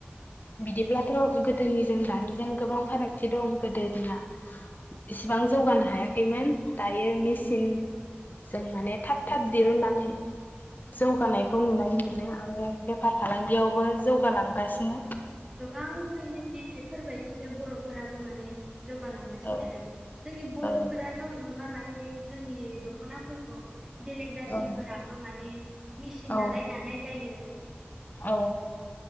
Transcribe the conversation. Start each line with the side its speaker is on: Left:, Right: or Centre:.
Left: बिदिब्लाथ गोदोनिजों दानिजों गोबां फारागथि दं गोदोनिया इसिबां जौगानो हायाखैमोन दायो मेसिन जों माने थाब थाब दिरुननानै।
Right: औ-औ-औ
Left: जौगानायखौ नुनाय मोन। <unintelligible> बेफार फालांगियावबो जौगालां गासिनो।
Right: गोबाङैनो बे बेफोरबायदिनो बर'फोराबो माने जौगालांगासिनो
Left: औ
Right: आरो जोंनि बर'फोराल'
Left: औ
Right: नङा माने जोंनि दख'नाफोरखौ बेलेग जाथिफोराबो
Left: औ
Right: माने मिसिन
Left: औ
Right: नालाय दानाय जायो।
Left: औ